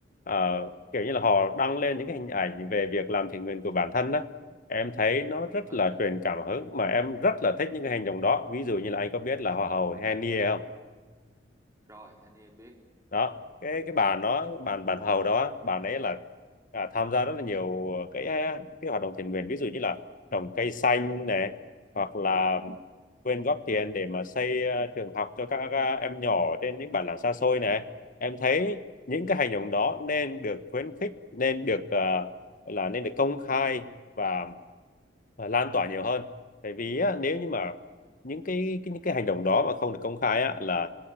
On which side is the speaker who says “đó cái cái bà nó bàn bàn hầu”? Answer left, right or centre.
Left